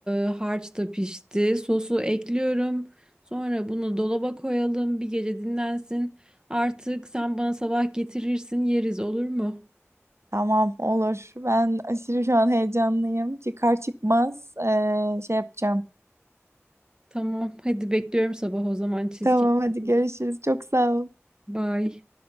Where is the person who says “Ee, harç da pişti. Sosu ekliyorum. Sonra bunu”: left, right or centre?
Right